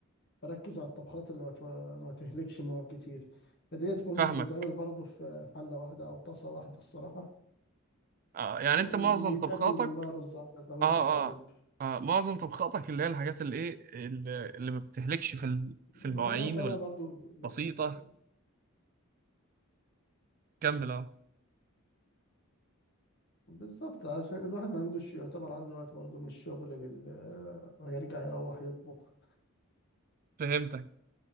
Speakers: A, on the left (about 55°); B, on the right (about 40°).
A: بركز على الطبخات اللي ما ت- ما تهلكش مواد كتير فديت مم-
B: وفاهمك
A: بتتعمل برضه في حلة واحدة أو طاسة واحدة الصراحة
B: آه يعني انت
A: ويتقدم
B: معظم طبخاتك
A: جنبها رز أبيض لو
B: اه
A: أنت حابب
B: اه آه معظم طبخاتك اللي هي الحاجات اللي ايه اللي, اللي ما بتهلكش في ال-
A: وبعدين
B: في المواعين
A: عشان انا برضو
B: والبسيطه
A: مش
B: كمل اه
A: بالظبط عشان الواحد ما عندوش يعتبر عنده وقت برضو من الشغل لل... ويرجع يروح يطبخ
B: فهمتك